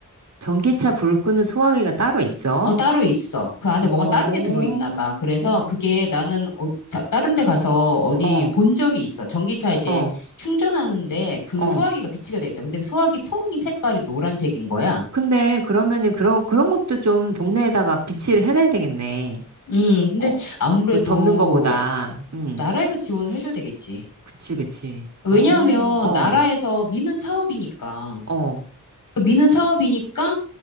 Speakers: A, on the right (about 60°); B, on the left (about 80°).
A: 전기차 불을 끄는 소화기가 따로 있어?
B: 어, 따로 있어. 그 안에
A: 어,
B: 뭐가 다른 게 들어있나
A: 어,
B: 봐. 그래서 그게 나는 어, 다, 다른 데 가서 어디
A: 어,
B: 본 적이 있어. 전기차 이제
A: 어.
B: 충전하는데 그
A: 어.
B: 소화기가 비치가 돼 있다. 근데 그 소화기 통이 색깔이 노란색인 거야.
A: 근데 그러면은 그런, 그런 것도 좀 동네에다가 비치를 해놔야 되겠네.
B: 음, 근데
A: 어,
B: 아무래도
A: 그 덮는 거보다. 응,
B: 나라에서 지원을 해줘야 되겠지.
A: 그치, 그치.
B: 왜냐하면
A: 어, 어,
B: 나라에서 미는 사업이니까.
A: 어,
B: 그 미는 사업이니까